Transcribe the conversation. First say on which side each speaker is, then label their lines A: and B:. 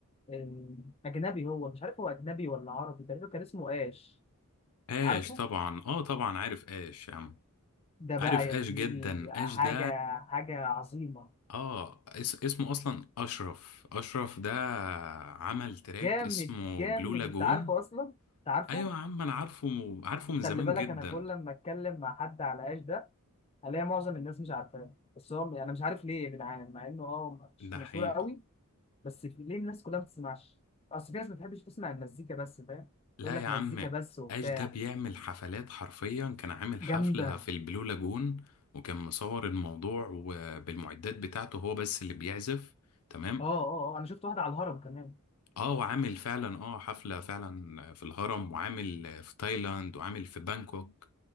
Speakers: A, on the left; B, on the left.
A: آه، اجنبي هو مش عارف هو اجنبي ولا عربي تقريبا كان اسمه اش
B: اش
A: عارفه
B: طبعا اه طبعا عارف اش يا عم
A: ده
B: عارف
A: بقى
B: اش
A: يا زميلي
B: جدا
A: حاجه
B: اش ده
A: حاجه عظيمه
B: اه اس اسمه اصلا اشرف اشرف ده عمل تراك
A: جامد
B: اسمه
A: جامد
B: بلو لاجون
A: انت عارفه اصلا انت عارفه
B: ايوه يا عم انا عارفه عارفه من زمان
A: خلي بالك
B: جدا
A: انا كل لما اتكلم مع حد على ايش ده الاقي معظم الناس مش عارفاه بس هو انا مش عارف ليه يا جدعان مع انه اه مش
B: ده
A: مشهوره
B: حقيقي
A: قوي بس في- ليه الناس كلها ما بتسمعش اصل في ناس ما بتحبش تسمع المزيكا بس فاهم
B: لا
A: تقول لك
B: يا
A: مزيكا
B: عم
A: بس وبتاع
B: اش ده بيعمل حفلات حرفيا كان عامل حفلة
A: جامده
B: في البلو لاجون وكان مصور الموضوع وبالمعدات بتاعته هو بس اللي بيعزف تمام
A: اه اه اه انا شفت واحده على الهرم كمان
B: اه وعامل فعلا اه حفلة فعلا في الهرم وعامل في تايلاند وعامل في بانكوك